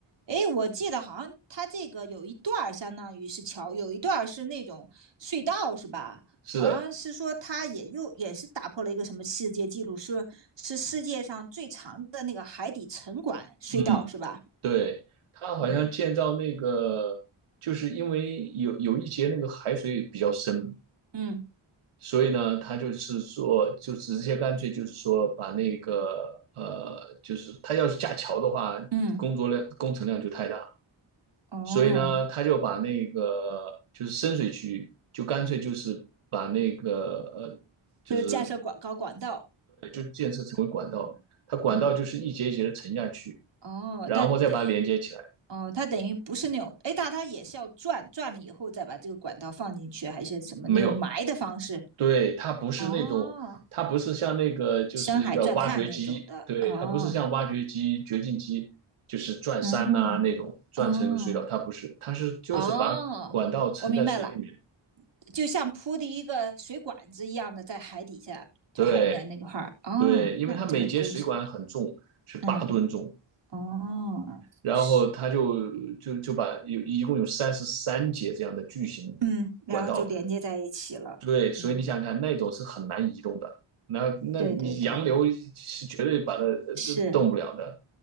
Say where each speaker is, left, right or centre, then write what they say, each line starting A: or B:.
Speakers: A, on the right (about 60°); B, on the right (about 85°).
A: 诶，我记得好像它这个有一段儿相当于是桥，有一段儿是那种隧道，是吧？
B: 是的，
A: 好像是说它也又也是打破了一个什么世界纪录，是是世界上最长的那个海底沉管隧道，
B: 嗯。
A: 是吧？
B: 对，它好像建造那个，
A: 嗯
B: 就是因为有有一节那个海水比较深，
A: 嗯
B: 所以呢，它就是说，就直接干脆就是说，把那个呃，就是它要是架桥的话，
A: 嗯，
B: 工作量工程量就太大，
A: 哦，
B: 所以呢，他就把那个就是深水区，就干脆就是把那个呃，就是
A: 就是架设管高管道，
B: 建设成为管道，
A: 嗯
B: 它管道就是一节一节的沉下去，
A: 嗯，哦，
B: 然后再把它连接起来。
A: 那得哦，它等于不是那种，诶，但它也是要转转了以后再把这个管道放进去，还是什么那种埋的方式？
B: 没有，对，它不是那种，
A: 哦
B: 它不是像那个就是要挖掘机，
A: 深海钻探那种的。
B: 对，
A: 哦
B: 它不是像挖掘机、掘进机，就是转山呐、
A: 嗯
B: 那种转成一个隧道。
A: 哦
B: 它不是，它是就是把管道沉在水里面。
A: 哦，我明白了，就像铺的一个水管子一样的，在海底下，就海面那块儿。
B: 对
A: 哦那这个工程，
B: 对，因为它每节水管很重，是八吨重，
A: 嗯哦，
B: 然后它就就就把有一共有三十三节这样的巨型管道，
A: 是，嗯，然后就连接在一起了。
B: 对，所以你想想看，
A: 嗯，
B: 那种是很难移动的，那那你洋流是绝对把它呃动不了的。
A: 对对对，是。